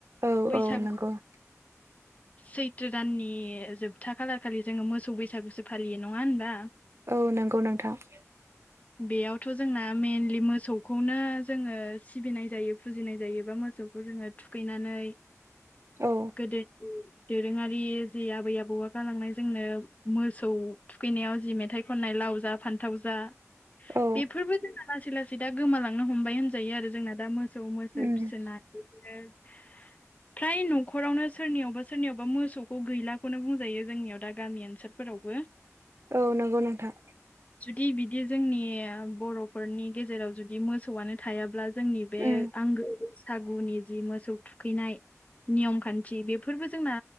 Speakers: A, on the right (about 55°); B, on the left (about 30°).
A: औ
B: बैसागु
A: औ नंगौ ।
B: सैथ्रो दाननि जोबथा खालारखालि जोङो मोसौ बैसागुसो फालियो नङा होनबा ।
A: औ नंगौ नोंथां ।
B: बेयावथ' जोंना मेनलि मोसौखौनो जोङो सिबिनाय जायो । फुजिनाय जायोबा मोसौखौ जोङो थुखैनानै
A: औ
B: गोदो दोरोङारि जि आबै आबौआ गालांनाय जोंनो मोसौ थुखैनायाव जि मेथाइ खननाय लाव जा फान्थाव जा
A: औ
B: बेफोरबो जोंना लासै लासै दा गोमालांनो हमबाय होनजायो आरो जोंना दा मोसौ मोसो
A: उम
B: फिसोना <unintelligible> फ्राय न'खरावनो सोरनियावबा सोरनियावबा मोसौखौ गैलाखौनो बुंजायो जोंनियाव दा गामि ओनसोलफोरावबो
A: औ नंगौ नोंथां
B: दि बिदि जोंनि बर'फोरनि गेजेराव जुदि मोसौआनो थायाब्ला जोंनि बे
A: उम
B: आंगो बैसागुनि जि मोसौ थुखैनाय नियम खान्थि बेफोरबो जोंना